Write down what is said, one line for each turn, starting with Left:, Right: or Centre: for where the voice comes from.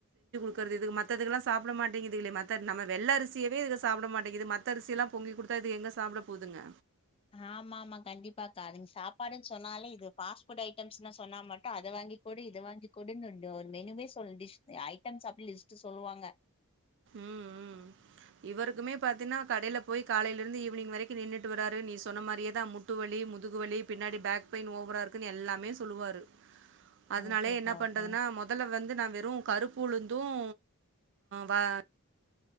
Right: இதுக மத்ததுெகலா சாப்ட மாட்டங்குதுகலே மத்த நம்ம வெள்ள அரிசியவே இதுல சாப்புட மாட் இது மத்த அரிசி எல்லாம் பொங்கி கொடுத்தா இது எங்க சாப்பட போகுதுங்க
Left: ஆமா ஆமா கண்டிப்பாக்காதுங்க சாப்பாடுன்னு சொன்னாலே இது ஃபாஸ்ட்ஃபுட் ஐட்டம்ஸ்ன்னா சொன்னா மாட்டோம் அத வாங்கி்டு இது வாங்கி்டுன்னு ஒரு மெனுவே சொல்ல டிஷ ஐட்டம்ஸ் அப்டி லிஸ்ட்ட் சொல்லுவாங்க
Right: ம் ம் இவருக்குமே பாத்தீங்கன்னா கடயில போய் காலையில இருந்து ஈவினிங் வரைக்கும் நின்னுட்டு வராாரு நீ சொன்ன மாரியேதான் முட்டு வலி முதுகு வலி பின்னாடி பேக் பெயின் ஓவரா இருக்குன்னு எல்லாமே சொல்லுவாரு அதனாலே
Left: ஓகேக்கா
Right: என்ன
Left: ஓகே
Right: பண்றதுன்னா மெதல்ல வந்து நான் வெறும் கருப்பு உளுந்தும் வ